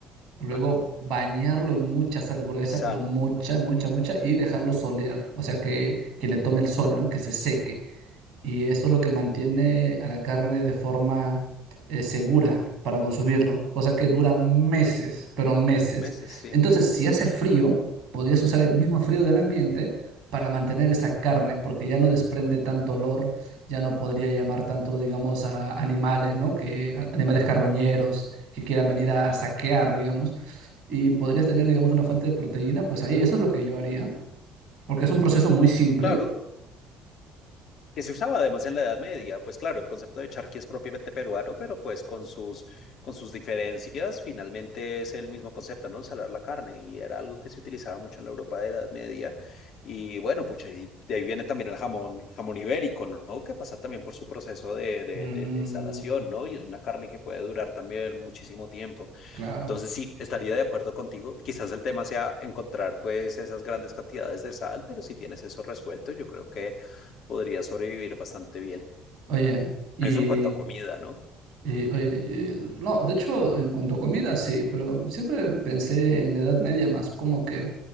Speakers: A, on the right; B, on the left.
A: Luego
B: ajá.
A: bañarlo en mucha sal gruesa,
B: Es sal.
A: pero mucha,
B: Ujú.
A: mucha, mucha, y dejarlo solear, o sea, que, que le tome el sol, ¿no? Que se seque y esto es lo que mantiene a la carne de forma eh, segura para consumirlo, cosa que dura meses, pero meses.
B: Meses, sí.
A: Entonces, si hace frío, podrías usar el mismo frío del ambiente para mantener esa carne, porque ya no desprende tanto olor, ya no podría llamar tanto, digamos, a animales, ¿no? Que a- animales carroñeros que quieran venir a
B: Mm.
A: saquear, digamos, y podrías tener, digamos, una fuente de proteína, pues ahí, eso es lo que yo haría, porque es un proceso muy simple.
B: Claro, que se usaba además en la Edad Media, pues claro, el concepto de charqui es propiamente peruano, pero pues con sus, con sus diferencias finalmente es el mismo concepto, ¿no? Salar la carne y era algo que se utilizaba mucho en la Europa de la Edad Media. Y bueno, pucha, y de ahí viene también el jamón, jamón ibérico, ¿no? Que pasa también por su proceso de, de,
A: Mm,
B: de, de salación, ¿no? Y es una carne que puede durar también muchísimo tiempo.
A: claro.
B: Entonces sí, estaría de acuerdo contigo. Quizás el tema sea encontrar pues esas grandes cantidades de sal, pero si tienes eso resuelto, yo creo que podrías sobrevivir bastante bien.
A: Oye, y,
B: Eso en cuanto a comida, ¿no?
A: y, oye, y- no, de hecho, en cuanto a comida, sí, pero siempre pensé en la Edad Media más como que